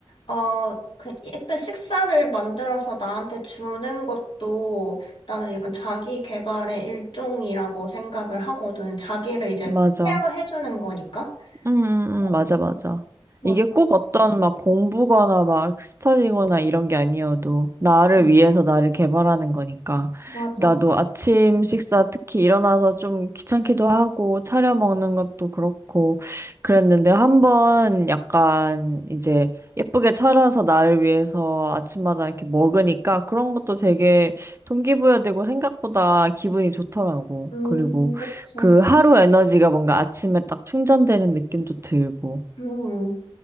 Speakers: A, on the left (about 60°); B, on the right (about 30°).
A: 어, 그 예쁜 식사를 만들어서 나한테 주는 것도 나는 약간 자기 개발의 일종이라고 생각을 하거든. 자기를 이제
B: 맞아.
A: 케어해주는 거니까.
B: 음, 음,
A: 어.
B: 음, 맞아, 맞아.
A: 맞아,
B: 이게 꼭 어떤 막 공부거나 막 스터디거나 이런 게 아니어도 나를
A: 음.
B: 위해서 나를 개발하는 거니까.
A: 맞아.
B: 나도 아침 식사 특히 일어나서 좀 귀찮기도 하고 차려 먹는 것도 그렇고 그랬는데 한번 약간 이제 예쁘게 차려서 나를 위해서 아침마다 이렇게 먹으니까 그런 것도 되게 동기부여되고 생각보다 기분이 좋더라고.
A: 음,
B: 그리고
A: 그치.
B: 그 하루 에너지가 뭔가 아침에 딱 충전되는 느낌도 들고.
A: 음,